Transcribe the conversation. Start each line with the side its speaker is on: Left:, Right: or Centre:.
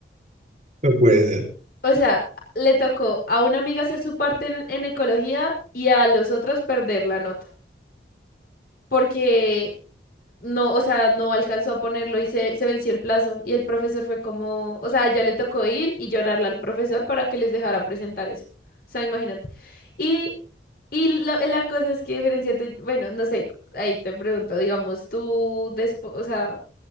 Right: No puede ser.
Left: O sea, le tocó a una amiga hacer su parte en, en ecología y a los otros perder la nota. Porque no, o sea, no alcanzó a ponerlo y se, se venció el plazo. Y el profesor fue como, o sea, ya le tocó ir y llorarle al profesor para que les dejara presentar eso. O sea, imagínate. Y, y lo- la cosa es que diferenciate, bueno, no sé, ahí te pregunto, digamos, tú después, o sea.